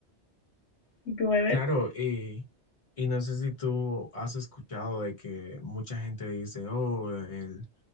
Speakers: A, on the left; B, on the left.
A: ¿Y ¿Tú me ves?
B: Claro, y, y no sé si tú has escuchado de que mucha gente dice, oh, el,